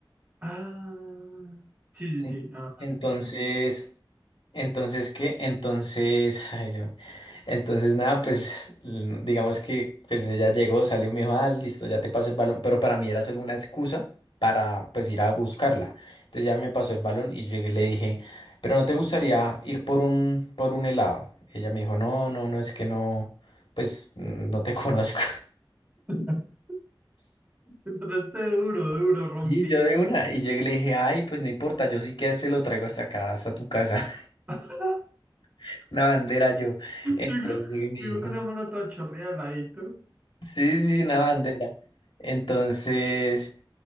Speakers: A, on the right; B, on the left.
A: Ah, sí, sí,
B: En-
A: sí, ah, vale,
B: Entonces,
A: entiendo.
B: Entonces, ¿qué? Entonces, <laughs> Jairo, entonces nada, pues l- digamos que pues ella llegó, salió, me dijo, ah, listo, ya te paso el balón, pero para mí era solo una excusa para pues ir a buscarla. Entonces ya me pasó el balón y llegué y le dije, pero ¿no te gustaría ir por un, por un helado? Ella me dijo, no, no, no, es que no, pues mm, no te <laughs> conozco.
A: <laughs> Entraste duro, duro, rompiste.
B: Y yo de una, y llegué y le dije, ay, pues no importa, yo sí que se lo traigo hasta acá, hasta tu casa,
A: <laughs>
B: <laughs> una bandera yo.
A: Llegó,
B: Entonces llegué y me
A: llegó
B: dice.
A: con una mano toda chorreada al ladito.
B: Sí, sí, una bandera. Entonces,